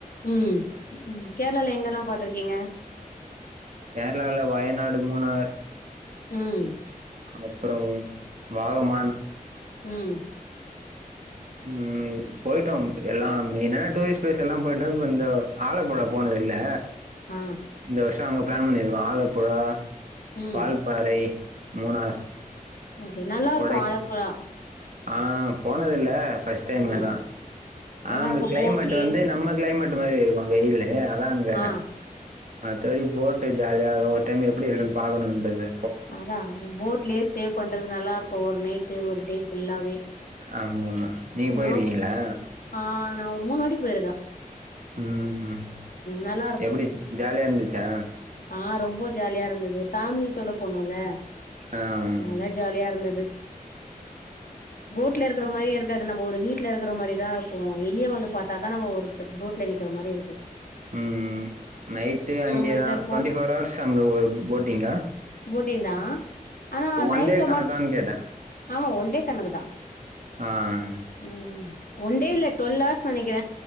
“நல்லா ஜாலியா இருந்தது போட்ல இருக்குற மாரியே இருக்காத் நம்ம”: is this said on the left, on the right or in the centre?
Left